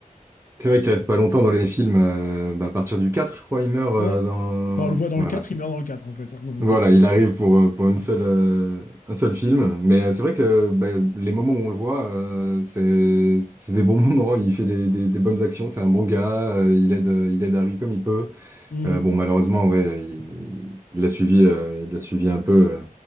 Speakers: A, on the right; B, on the left.
A: C'est vrai qu'il reste pas longtemps dans les films. euh, bah, à partir du 4, je crois, il meurt euh,
B: Ouais.
A: dans...
B: Bon, on le voit dans
A: Voilà.
B: le quatre,
A: c'est-
B: il meurt dans le 4 en fait. hein, donc,
A: Voilà,
B: euh,
A: il arrive pour, euh, pour une seule, euh, un seul film. Mais euh, c'est vrai que euh, bah, les moments où on le voit, euh, c'est, c'est des bons <laughs> moments. Il fait des, des- des bonnes actions, c'est un bon gars. euh, il aide, euh, il aide Harry comme il peut.
B: hmm.
A: Euh, bon, malheureusement, ouais, il il l'a suivi, euh, il l'a suivi un peu euh,